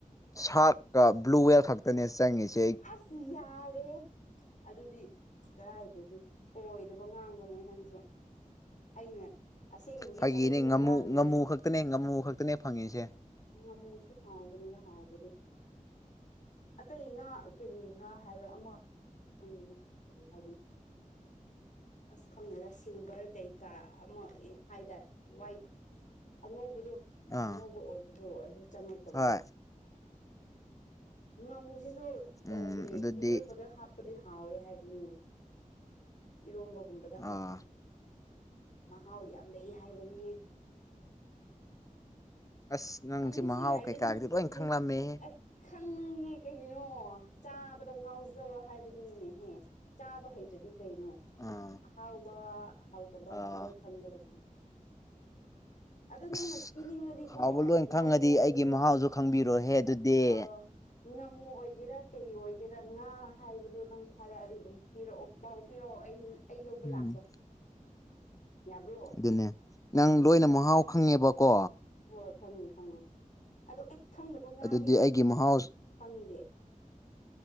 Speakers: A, on the left (about 25°); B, on the left (about 60°).
A: ꯁꯥꯔꯀ ꯕ꯭ꯂꯨꯋꯦꯜ ꯈꯛꯇꯅꯦ ꯆꯪꯉꯁꯤ
B: ꯑꯁ ꯌꯥꯔꯦ ꯑꯗꯨꯗꯤ ꯀꯔꯥꯏꯗꯒꯤ ꯑꯣꯏꯗꯕ ꯉꯥꯡꯒꯅꯨ ꯅꯪꯁꯨ ꯑꯩꯅ ꯑꯁꯦꯡꯕꯒꯤ
A: ꯐꯩꯒꯤꯅꯦ
B: ꯆꯥꯅꯤꯡꯒ
A: ꯉꯥꯃꯨ
B: ꯉꯥꯡꯉꯤꯉꯩꯁꯤꯗ
A: ꯉꯥꯃꯨ ꯈꯛꯇꯅꯦ ꯉꯥꯃꯨ ꯈꯛꯇꯅꯦ ꯐꯪꯉꯁꯦ
B: ꯉꯃꯨꯁꯨ ꯍꯥꯎꯕꯅꯤꯗ ꯍꯥꯎꯕꯗꯤ ꯑꯇꯩ ꯉꯥ ꯀꯔꯤ ꯉꯥ ꯍꯥꯏꯕ ꯑꯃ ꯎꯝ ꯀꯔꯤ ꯍꯥꯏꯕꯅꯣ ꯑꯁ ꯈꯪꯉꯒ ꯁꯤꯜꯚꯔ ꯀꯩꯀꯥ ꯑꯃ ꯍꯥꯏꯇꯥꯔꯦ ꯋꯥꯏꯠ ꯑꯉꯧꯕꯗꯣ
A: ꯑꯥ
B: ꯑꯉꯧꯕ ꯑꯣꯏꯕꯗꯣ ꯑꯗꯨ ꯆꯪꯉꯛꯇꯕ꯭ꯔꯣ
A: ꯍꯣꯏ
B: ꯉꯥꯃꯨꯁꯤꯁꯨ
A: ꯎꯝ
B: ꯀꯔꯤ
A: ꯑꯗꯨꯗꯤ
B: ꯏꯔꯣꯝꯕꯗ ꯍꯥꯞ ꯍꯥꯞꯄꯗꯤ ꯍꯥꯎꯋꯦ ꯍꯥꯏꯕꯅꯤꯌꯦ ꯏꯔꯣꯝꯕꯒꯨꯝꯕꯗ ꯍꯥꯞꯄꯗꯤ
A: ꯑꯥ
B: ꯃꯍꯥꯎ ꯌꯥꯝ ꯂꯩ ꯍꯥꯏꯕꯅꯦ
A: ꯑꯁ ꯅꯪꯁꯦ
B: ꯉꯥꯃꯨꯁꯨ
A: ꯃꯍꯥꯎ
B: ꯌꯥꯏꯗ
A: ꯀꯩꯀꯥꯒꯤꯗꯤ
B: ꯅꯪ
A: ꯂꯣꯏ ꯈꯪꯂꯝꯃꯦ
B: ꯑꯁ ꯈꯪꯉꯦ ꯀꯩꯅꯣ ꯆꯥꯕꯗ ꯉꯥꯎꯖꯕ ꯍꯥꯏꯕꯗꯨꯅꯤꯅꯦꯍꯦ ꯆꯥꯕ ꯍꯩꯇ꯭ꯔꯗꯤ ꯀꯩꯅꯣ
A: ꯑꯥ
B: ꯑꯍꯥꯎꯕ ꯍꯥꯎꯇꯕ
A: ꯑꯥ
B: ꯂꯣꯏ ꯈꯪꯒꯗꯕꯅꯤ ꯑꯗꯣ ꯅꯪꯅ
A: ꯑꯁ
B: ꯄꯤꯅꯤꯡꯉꯗꯤꯀꯣ
A: ꯍꯥꯎꯕ ꯂꯣꯏ
B: ꯉꯝꯃꯣ
A: ꯈꯪꯉꯗꯤ
B: ꯑꯣꯏꯒꯦꯔꯥ
A: ꯑꯩꯒꯤ ꯃꯍꯥꯎꯁꯨ ꯈꯪꯕꯤꯔꯣꯍꯦ ꯑꯗꯨꯗꯤ
B: ꯑꯥ ꯉꯥꯃꯨ ꯑꯣꯏꯒꯦꯔꯥ ꯀꯩ ꯑꯣꯏꯒꯦꯔꯥ ꯉꯥ ꯍꯥꯏꯕꯗꯣ ꯅꯪ ꯊꯥꯔꯛꯑꯗꯤ ꯑꯗꯨꯝ ꯄꯤꯔꯛꯑꯣ ꯄꯥꯎ ꯄꯤꯔꯛꯑꯣ ꯑꯩ ꯑꯩ ꯂꯧꯕ
A: ꯎꯝ
B: ꯂꯥꯛꯀꯦ ꯌꯥꯕ꯭ꯔꯣ
A: ꯑꯗꯨꯅꯦ ꯅꯪ ꯂꯣꯏꯅ ꯃꯍꯥꯎ ꯈꯪꯉꯦꯕꯀꯣ
B: ꯍꯣꯏ ꯈꯪꯉꯦ ꯈꯪꯉꯦ ꯑꯗꯣ ꯑꯩ ꯈꯪꯗꯕ ꯉꯥꯗꯤ
A: ꯑꯗꯨꯗꯤ ꯑꯩꯒꯤ ꯃꯍꯥꯎ
B: ꯈꯪꯗꯦ